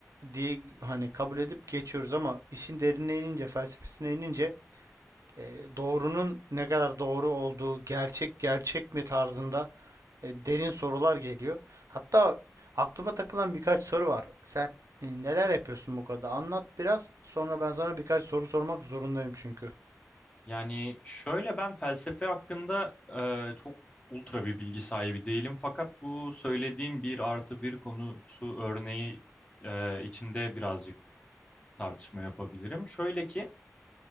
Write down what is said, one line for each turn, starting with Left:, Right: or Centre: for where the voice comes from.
Right: diye hani kabul edip geçiyoruz ama işin derinine inince, felsefesine inince e, doğrunun ne kadar doğru olduğu, gerçek gerçek mi tarzında e, derin sorular geliyor. Hatta aklıma takılan birkaç soru var. Sen e, neler yapıyorsun bu kadar? Anlat biraz. Sonra ben sana birkaç soru sormak zorundayım çünkü.
Left: Yani şöyle ben felsefe hakkında e, çok ultra bir bilgi sahibi değilim. Fakat bu söylediğim bir artı bir konusu örneği e, içinde birazcık tartışma yapabilirim. Şöyle ki